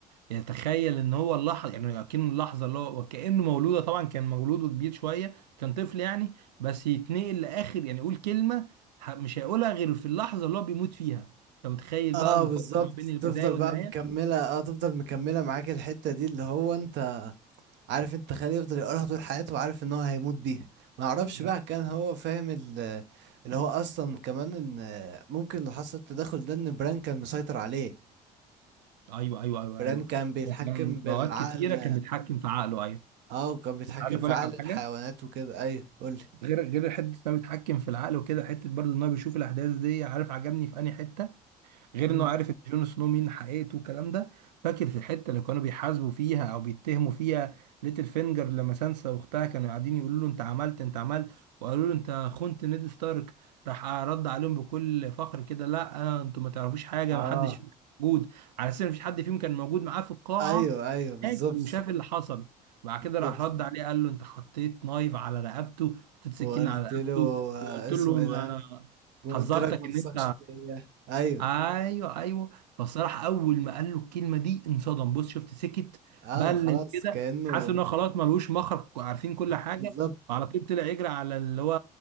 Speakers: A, on the right; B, on the right.
A: يتخيل ان هو اللحظه يعني اكنه اللحظه اللي هو وكانه مولوده طبعا كان مولوده كبير شويه كان طفل يعني بس يتنقل لاخر يعني يقول كلمه ه- مش هيقولها غير في اللحظه اللي هو بيموت فيها انت متخيل
B: اه
A: بقى المفارقه
B: بالظبط
A: ما بين البدايه
B: تفضل
A: والنهايه؟
B: بقى مكملة اه تفضل مكملة معاك الحتة دي اللي هو انت عارف انت خالي يفضل يقولها طول حياته وعارف ان هو هيموت بيها ما اعرفش
A: نعم.
B: بقى كان هو فاهم ال- اللي هو اصلا كمان ان آه، ممكن اللي حصل التدخل ده ان بران كان مسيطر عليه
A: ايوه ايوه ايوه
B: بران
A: ايوه
B: كان بيتحكم
A: وكان في
B: بالعقل
A: اوقات كتيره كان بيتحكم في عقله ايوه
B: اه وكان بيتحكم
A: عارف
B: في
A: اقول
B: عقل
A: لك على حاجه؟
B: الحيوانات وكده ايوه قول لي
A: غير غير حته انه بيتحكم في العقل وكده حته برضه ان هو بيشوف الاحداث دي عارف عجبني في انهي حته غير
B: مم.
A: انه عارف ان جون سنو مين حقيقته والكلام ده فاكر في الحته اللي كانوا بيحاسبوا فيها او بيتهموا فيها ليتل فينجر لما سانسا واختها كانوا قاعدين يقولوا له انت عملت انت عملت وقالوا له انت خنت نيد ستارك راح رد عليهم بكل فخر كده لا آه، انتوا ما تعرفوش حاجه
B: اه
A: ما حدش فيكم موجود على اساس ان مفيش حد فيهم كان موجود معاه في القاعه
B: ايوه ايوه بالظبط
A: هناك وشاف اللي حصل بعد كده
B: بالظبط
A: راح رد عليه قال له انت حطيت نايف على رقبته حطيت سكين
B: وقلت
A: على رقبته
B: له آه،
A: وقلت
B: اسمه
A: له ما
B: ايه ده
A: انا
B: قلت
A: حذرتك
B: لك ما تثقش
A: ان انت
B: فيا ايوه
A: ايوه ايوه فالصراحه اول ما قال له الكلمه دي انصدم بص شفت سكت
B: اه
A: بلل
B: خلاص
A: كده
B: كأنه
A: حاسس ان هو خلاص ملوش مخرج عارفين كل حاجه
B: بالظبط
A: فعلى طول طلع يجري على اللي هو